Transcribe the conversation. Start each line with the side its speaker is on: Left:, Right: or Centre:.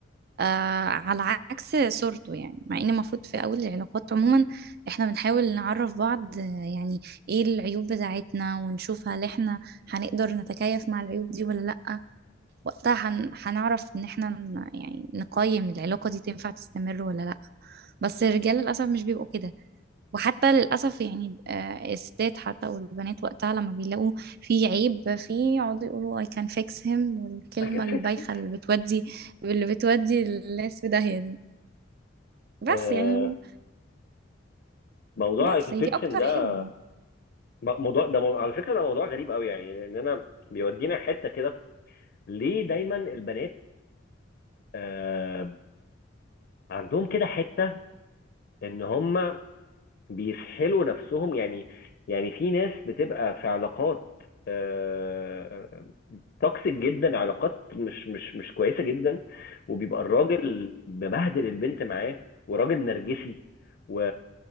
Right: آه على عكس صورته يعني مع ان المفروض في اول العلاقات عموما احنا بنحاول نعرف بعض آه، يعني ايه العيوب بتاعتنا ونشوف هل احنا هنقدر نتكيف مع العيوب دي ولا لا وقتها هن... هنعرف ان احنا ن... يعني نقيم العلاقة دي تنفع تستمر ولا لا بس الرجال للأسف مش بيبقوا كده وحتى للأسف يعني آه، الستات حتى والبنات وقتها لما بيلاقوا في عيب فيه يقعدوا يقولوا I can fix him والكلمة
Left: اكل فيكسن
Right: البايخة اللي بتودي اللي بتودي الناس في داهية دي بس
Left: آه،
Right: يعني
Left: موضوع
Right: بس
Left: اكل
Right: هي
Left: فيكسن
Right: دي أكتر
Left: ده
Right: حاجة
Left: موضوع ده مو- على فكره ده موضوع غريب قوي يعني لان انا بيودينا حته كده ليه دايما البنات آه، عندهم كده حته ان هم بيسحلوا نفسهم يعني يعني في ناس بتبقى في علاقات آه، توكسيك جدا علاقات مش مش مش كويسه جدا وبيبقى الراجل مبهدل البنت معاه وراجل نرجسي و...